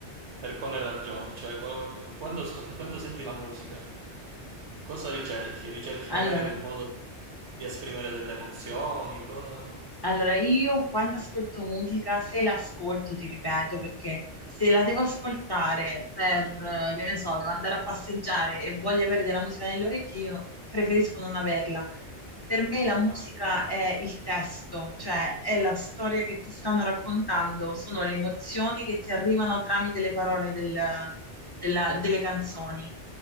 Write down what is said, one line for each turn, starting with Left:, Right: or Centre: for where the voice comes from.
Right: per quale ragione? Cioè, qua- quando, ascol- quando senti la musica, cosa ricerchi? Ricerchi
Left: Allora,
Right: magari un modo di esprimere delle emozioni? cosa-
Left: Allora, io quando ascolto musica, se l'ascolto, ti ripeto, perché se la devo ascoltare per, eh, che ne so, devo andare a passeggiare e voglio avere della musica nelle orecchie, io preferisco non averla. Per me la musica
Right: Ah,
Left: è il testo, cioè è la storia che ti stanno raccontando, sono le emozioni che ti arrivano tramite le parole del- della- delle canzoni.